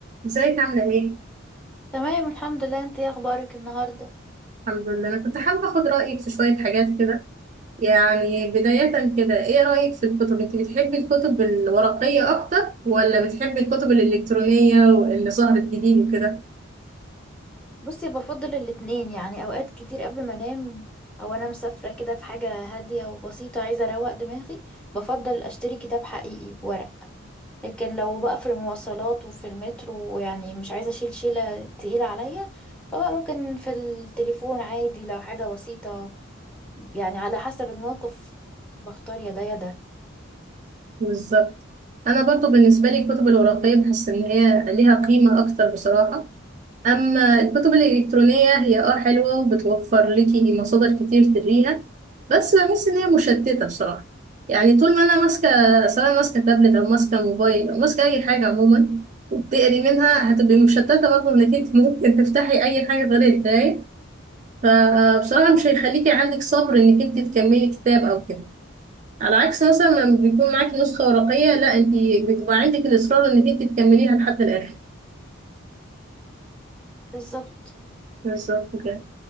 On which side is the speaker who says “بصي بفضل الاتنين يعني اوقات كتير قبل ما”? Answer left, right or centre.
Centre